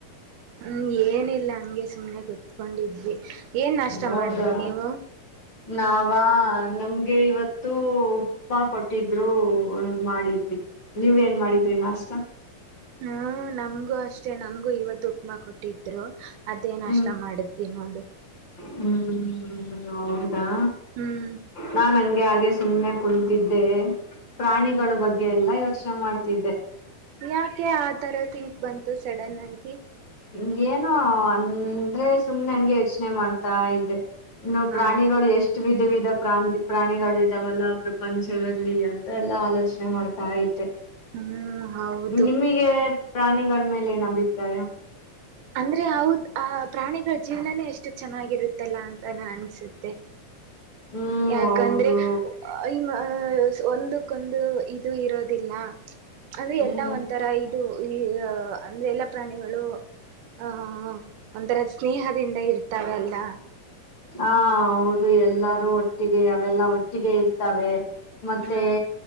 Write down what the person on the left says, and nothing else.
ಹೌದಾ
ನಾವ ನಮ್ಗೆ ಇವತ್ತು ಉಪ್ಮಾ ಕೊಟ್ಟಿದ್ರು ಮಾಡಿದ್ರಿ ನೀವೇನ್ ಮಾಡಿದ್ರಿ ನಾಷ್ಟ
ಹ್ಮ್
ಹ್ಮ್ ಹೌದಾ
ನಾನ್ ಹಂಗೆ ಹಾಗೆ ಸುಮ್ನೆ ಕುಂತಿದ್ದೆ ಪ್ರಾಣಿಗಳ ಬಗ್ಗೆ ಎಲ್ಲ ಯೋಚನೆ ಮಾಡ್ತಿದ್ದೆ
ಹ ಏನೋ ಅಂದ್ರೆ ಸುಮ್ನೆ ಹಂಗೆ ಯೋಚನೆ ಮಾಡ್ತಾ ಇದ್ದೆ ಇನ್ನು ಪ್ರಾಣಿಗಳು
ಎಷ್ಟು ವಿಧ ವಿಧ ಪ್ರಾಂತಿ ಪ್ರಾಣಿಗಳು ಇದಾವಲ್ಲ ಪ್ರಪಂಚದಲ್ಲಿ ಎಲ್ಲ ಆಲೋಚನೆ ಮಾಡ್ತಾ ಇದ್ದೆ
ನಿಮಗೆ ಪ್ರಾಣಿಗಳ ಮೇಲೆ ನ್ ಅಭಿಪ್ರಾಯ
ಹ್ಮ್
ಹೌದು
ಹ್ಮ್
ಹಾ ಹೌದು ಎಲ್ಲಾರೂ ಒಟ್ಟಿಗೆ ಅವೆಲ್ಲ ಒಟ್ಟಿಗೆ ಇರ್ತವೆ ಮತ್ತೆ